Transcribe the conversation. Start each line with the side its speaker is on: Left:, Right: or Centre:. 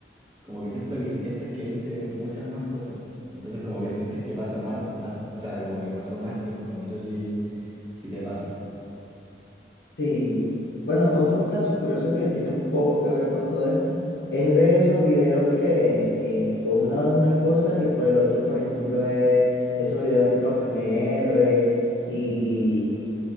Right: como que siento que sientes que viste muchas más cosas. Entonces como que sientes que pasa más, más, o sea, como que pasó más tiempo. No sé si si te pasa.
Left: Sí. Bueno, otro caso curioso que tiene un poco que ver con todo esto es de esos videos que, que por un lado es una cosa y por el otro, por ejemplo, es esos videos tipo A S M R y,
Right: Mm,